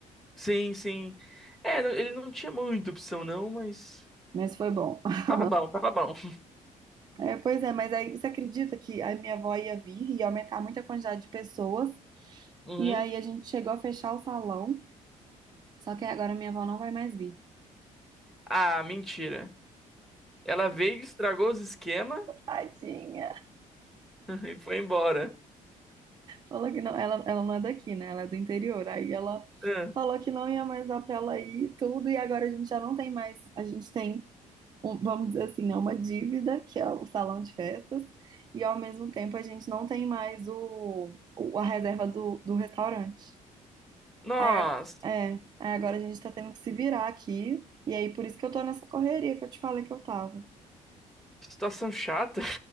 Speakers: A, in the centre; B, on the right (about 30°).
A: Sim, sim. É, não- ele não tinha muita opção, não, mas.
B: Mas foi bom. <laughs>
A: Tava bom, tava bom. <laughs>
B: É, pois é, mas aí você acredita que a minha avó ia vir e ia aumentar muito a quantidade de pessoas.
A: Uhum.
B: E aí a gente chegou a fechar o salão. Só que agora minha avó não vai mais vir.
A: Ah, mentira. Ela veio, estragou os esquemas
B: Tadinha.
A: <laughs> e foi embora.
B: Falou que não, ela, ela não é daqui, né? Ela é do interior. Aí ela
A: Ah.
B: falou que não ia mais dar pra ela ir e tudo, e agora a gente já não tem mais, a gente tem, um- vamos dizer assim, né, uma dívida, que é o salão de festas, e ao mesmo tempo a gente não tem mais o, o- a reserva do, do restaurante.
A: Nossa,
B: Aí, a- é, aí agora a gente tá tendo que se virar aqui, e aí por isso que eu tô nessa correria que eu te falei que eu tava.
A: que situação chata.